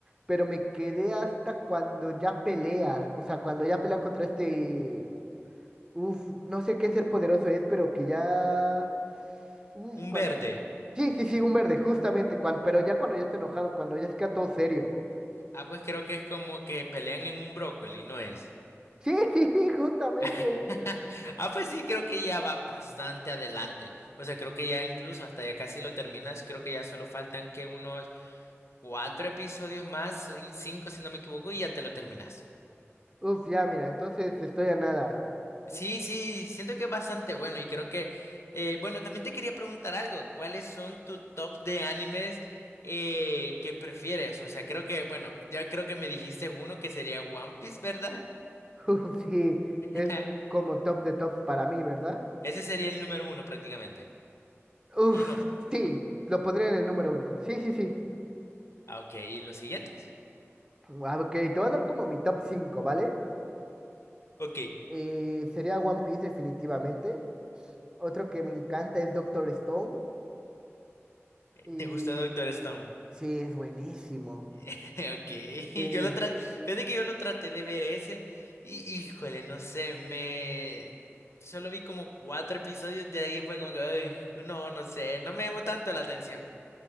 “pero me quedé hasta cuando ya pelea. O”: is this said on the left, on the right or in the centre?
Right